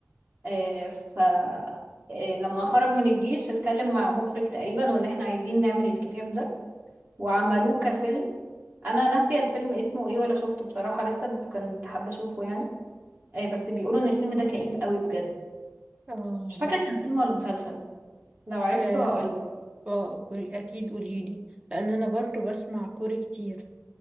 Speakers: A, on the right; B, on the right.
A: آه، ف آه، لما خرج من الجيش اتكلم مع مخرج تقريبا وان احنا عايزين نعمل الكتاب ده وعملوه كفيلم انا ناسيه الفيلم اسمه ايه ولا شفته بصراحه لسه بس كنت حابه اشوفه يعني آه، بس بيقولوا ان الفيلم ده كئيب قوي بجد
B: اه
A: مش فاكره
B: لا
A: كان فيلم ولا مسلسل لو عرفته
B: آه
A: هقولك
B: آه، قولي- اكيد قوليلي لان انا برضو بسمع كوري كتير